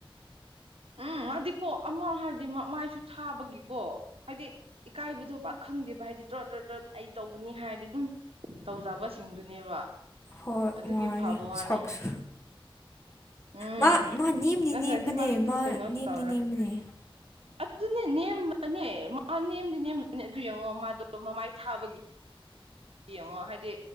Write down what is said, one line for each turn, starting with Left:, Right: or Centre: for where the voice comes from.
Right: ꯎꯝ ꯃꯥꯗꯤꯀꯣ ꯑꯃꯛ ꯍꯥꯏꯔꯗꯤ ꯃꯥꯏꯁꯨ ꯊꯥꯕꯒꯤꯀꯣ ꯍꯥꯏꯗꯤ ꯏꯀꯥꯏꯕꯗꯣ ꯄꯥꯛ ꯈꯪꯗꯦꯕ ꯍꯥꯏꯗꯤ ꯗ꯭ꯔꯣ ꯗ꯭ꯔꯣ ꯗ꯭ꯔ ꯑꯩ ꯇꯧꯕꯅꯤ ꯍꯥꯏꯔꯗꯤ ꯑꯗꯨꯝ ꯇꯧꯖꯕꯁꯤꯡꯗꯨꯅꯦꯕ
Left: ꯍꯣꯏ
Right: ꯑꯗꯨꯒꯤ
Left: ꯃꯥꯉꯂꯦ
Right: ꯐꯕ ꯋꯥꯅꯦ
Left: ꯁꯛꯁ
Right: ꯎꯝ
Left: ꯃꯥ ꯃꯥ ꯅꯦꯝꯗꯤ
Right: ꯅꯠꯇ꯭ꯔꯗꯤ
Left: ꯅꯦꯝꯕꯅꯦ
Right: ꯃꯥꯁꯨ
Left: ꯃꯥ
Right: ꯀꯩꯅꯣ
Left: ꯅꯦꯝꯗꯤ
Right: ꯇꯧꯔꯣꯏ
Left: ꯅꯦꯝꯕꯅꯦ
Right: ꯑꯗꯨꯅꯦ ꯅꯦꯝꯕꯅꯦ ꯃꯥ ꯅꯦꯝꯗꯤ ꯅꯦꯝꯕꯅꯦ ꯑꯗꯨ ꯌꯦꯡꯉꯣ ꯃꯥꯗꯣ ꯃꯃꯥꯏ ꯊꯥꯕꯒꯤ ꯌꯦꯡꯉꯣ ꯍꯥꯏꯗꯤ